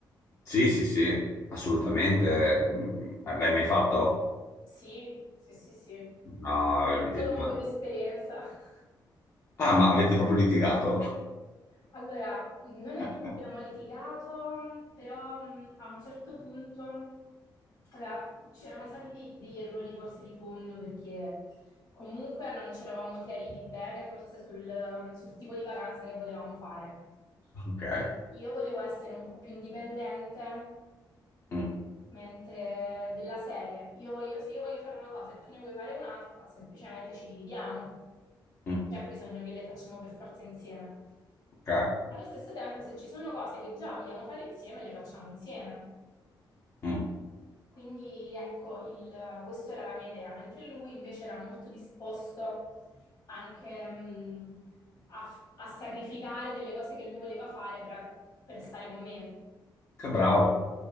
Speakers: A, on the left; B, on the left.
A: sì, sì, sì, assolutamente. mh, L'hai mai fatto?
B: Sì, sì, sì, sì.
A: No, eh,
B: Soprattutto dopo quell'esperienza. <laughs>
A: ah, ma avete proprio litigato?
B: Allora, non è
A: <laughs>
B: che abbiamo litigato, però mh, a un certo punto allora, c'erano stati dei- degli errori forse di fondo perché comunque non ci eravamo chiariti bene forse sul, mm, sul tipo di vacanza che volevamo fare.
A: Ok.
B: Io volevo essere un po' più indipendente
A: Mm,
B: Mentre della serie, io voglio- se io voglio fare una cosa e tu ne vuoi fare un'altra, semplicemente ci dividiamo.
A: mm,
B: Non c'è bisogno che le facciamo per forza insieme.
A: ok.
B: Allo stesso tempo, se ci sono cose che già vogliamo fare insieme, le facciamo insieme.
A: Mm.
B: Quindi ecco, il- questa era la mia idea, mentre lui invece era molto disposto anche mh, a, a sacrificare delle cose che lui voleva fare per per stare con me.
A: Che bravo.